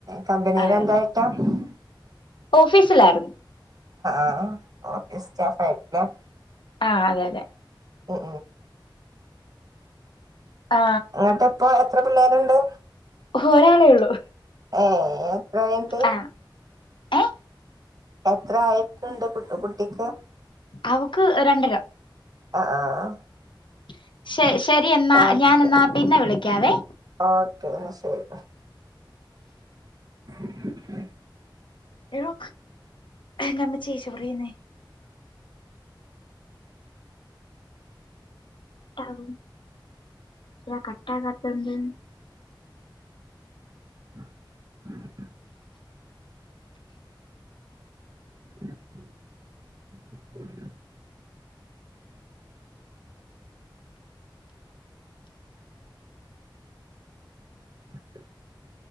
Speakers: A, on the right; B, on the left.
A: കമ്പനീലെന്തായിട്ടാ
B: ആ
A: <inaudible>
B: ഓഫീസിലായിരുന്നു.
A: ആഹ് ഓഫീസ് സ്റ്റാഫ് ആയിട്ടല്ലേ
B: ആഹ് അതെ അതെ,
A: ഓഓ
B: ആ
A: ന്നട്ടിപ്പോ എത്ര പിള്ളേരുണ്ട്.
B: ഒരാളെ ഉള്ളൂ.
A: ഏഹ്, എത്രയണ്ട്
B: ആ ഏ
A: എത്ര ആയിട്ടുണ്ട് കുട്ട് കുട്ടിക്ക്.
B: അവക്ക് രണ്ടര.
A: ആഹ് ആഹ് ആഹ് <inaudible>
B: <inaudible> ശെഷ് ശെരി എന്നാ
A: ഓക്കെ
B: ഞാൻ എന്നാ പിന്നെ വിളിക്കാവേ
A: ഓക്കെ എന്നാ ശരി <unintelligible>
B: ഴോ എൻ്റമ്മച്ചിയെ ചൊറിയുന്നേ കട്ടാവും ല കട്ടാകാത്തെന്ത്?
A: <unintelligible> <unintelligible> <unintelligible>